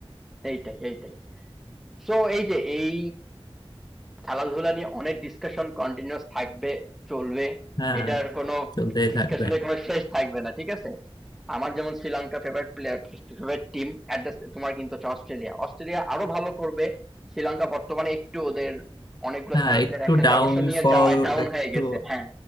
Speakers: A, in the centre; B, on the left (about 45°).
A: এইটাই এইটাই সো এই যে এই খেলাধুলা নিয়ে অনেক ডিসকাশন কন্টিনিউয়াস থাকবে চলবে
B: হ্যাঁ
A: এটার কোনো
B: চলতেই
A: ডিসকাশনের
B: থাকবে
A: কোনো শেষ থাকবে না ঠিক আছে আমার যেমন Sri Lanka favourite player favourite team at তোমার কিন্তু হচ্ছে অস্ট্রেলিয়া অস্ট্রেলিয়া আরো ভালো করবে শ্রীলঙ্কা বর্তমানে একটু ওদের অনেকগুলো
B: হ্যাঁ
A: স্টার প্লেয়ার
B: একটু
A: একসাথে
B: ডাউনফল
A: অবসর নিয়ে যাওয়ায় ডাউন
B: একটু
A: হয়ে গেছে হ্যাঁ